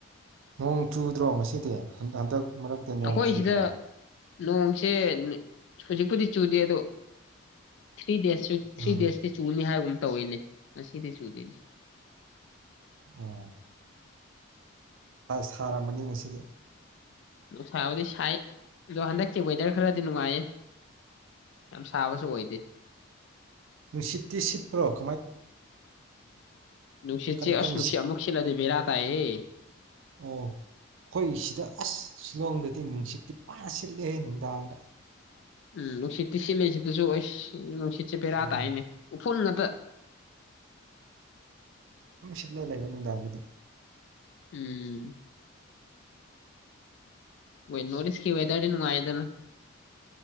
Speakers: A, on the right (about 70°); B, on the left (about 60°).
A: ꯅꯣꯡ ꯆꯨꯗ꯭ꯔꯣ ꯉꯁꯤꯗꯤ ꯍꯟꯗꯛ ꯃꯔꯛꯇ ꯅꯣꯡ
B: ꯑꯩꯈꯣꯏ
A: ꯆꯨꯗ꯭ꯔꯣ
B: ꯁꯤꯗ ꯅꯣꯡ ꯁꯦ ꯍꯧꯖꯤꯛꯄꯨꯗꯤ ꯆꯨꯗꯦ ꯑꯗꯣ ꯊ꯭ꯔꯤ ꯗꯦꯖ ꯊ꯭ꯔꯤ
A: ꯎꯝ
B: ꯗꯦꯖꯇꯤ ꯆꯨꯅꯤ ꯍꯥꯏꯕꯒꯨꯝ ꯇꯧꯋꯤꯅꯦ ꯉꯁꯤꯗꯤ ꯆꯨꯗꯣꯏꯅꯤ
A: ꯑꯣ ꯁꯥꯔꯝꯃꯅꯤ ꯉꯁꯤꯗꯤ
B: ꯁꯥꯕꯗꯤ ꯁꯥꯏ ꯑꯗꯣ ꯍꯟꯗꯛꯁ ꯋꯦꯗꯔ ꯈꯔꯗꯤ ꯅꯨꯡꯉꯥꯏꯌꯦ ꯌꯥꯝ ꯁꯥꯕꯁꯨ ꯑꯣꯏꯗꯦ
A: ꯁꯤ ꯇꯁꯤꯠꯄ꯭ꯔꯣꯛ
B: ꯅꯨꯡꯁꯤ
A: ꯀꯟ
B: ꯆꯦ
A: ꯀꯟꯅ
B: ꯑꯁꯅꯨꯡꯁꯤ
A: ꯁꯤꯠ
B: ꯑ ꯃꯣꯁꯤꯂꯗꯦꯕ ꯔ ꯇꯑꯌꯦ
A: ꯑꯣ ꯍꯣꯏ ꯁꯤꯗ ꯑꯁ ꯁꯤꯂꯣꯡꯗꯗꯤ ꯅꯨꯡꯁꯤ ꯄꯥꯁꯤꯜꯂꯦ ꯅꯨꯡꯗꯥꯡ
B: ꯎꯝ ꯁꯇ ꯁꯤꯃꯦꯁꯤ ꯇꯁꯨ <unintelligible> ꯆꯦ ꯄꯦ ꯔ
A: ꯎꯝ
B: ꯍꯥꯏꯅꯦ ꯎꯐ ꯉꯇ
A: ꯁꯤꯠꯅ ꯂꯩꯕ ꯅꯨꯡꯗꯥꯡꯕꯨꯗ
B: ꯎꯝ ꯣꯏ ꯅꯣꯁꯀꯤ ꯑꯣꯏꯦꯗꯔꯥꯏꯗꯅ